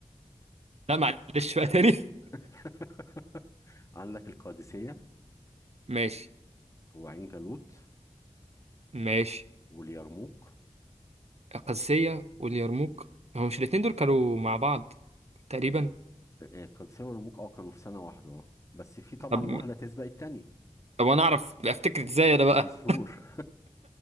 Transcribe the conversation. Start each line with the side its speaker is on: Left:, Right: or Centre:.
Right: <laughs> لا معلش بقى تاني
Left: <laughs> عندك القادسية
Right: ماشي
Left: وعين جالوت
Right: ماشي
Left: واليرموك
Right: القادسية واليرموك هو مش الاتنين دول كانوا مع بعض تقريبا
Left: آه، القادسية واليرموك اه كانوا في سنة واحدة آه. بس في طبعا
Right: طب
Left: واحدة تسبق التانية
Right: طب انا اعرف افتكر ازاي انا
Left: دي
Right: بقى
Left: شهور